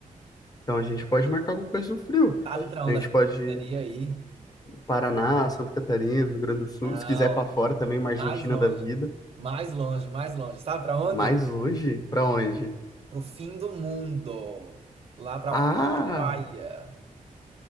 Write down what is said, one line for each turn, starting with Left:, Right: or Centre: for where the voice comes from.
Left: Então a gente pode marcar alguma coisa no frio.
Right: Sabe pra
Left: Então,
Right: onde
Left: a gente
Right: a gente
Left: pode ir
Right: poderia ir?
Left: Paraná, Santa Catarina, Rio Grande do Sul,
Right: Não,
Left: se quiser ir pra fora também, uma Argentina
Right: mais longe,
Left: da vida.
Right: mais longe, mais longe. Sabe pra onde?
Left: Mais longe? Pra onde?
Right: Pro fim do mundo. Lá pra
Left: Ah,
Right: Ushuaia.